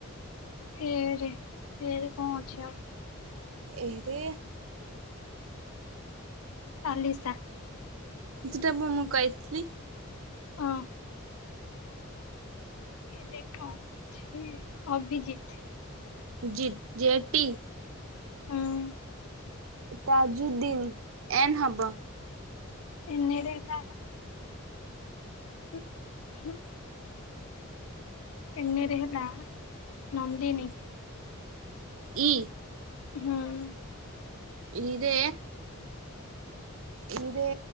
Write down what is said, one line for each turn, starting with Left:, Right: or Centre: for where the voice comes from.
Left: ଏ ରେ ଏ ରେ କଣ ଅଛି ଆଉ।
Right: ଏଇରେ।
Left: ପାଲିଶା।
Right: ସେଟାପ ମୁଁ କହିଥିଲି।
Left: ଓ। ଦେଖାଛି ଅଭି ଜିତ।
Right: ଜି ଯେଟି।
Left: ହଁ।
Right: ତାଜୁଦ୍ଦିନ୍ ଏନ୍ ହବ।
Left: ଏନରେଲା। <unintelligible> ହୁଁ ଏନ୍ ରେ ହେଲା ନନ୍ଦିନୀ।
Right: ଇ।
Left: ହୁଁ।
Right: ଇ ରେ। ଇ ରେ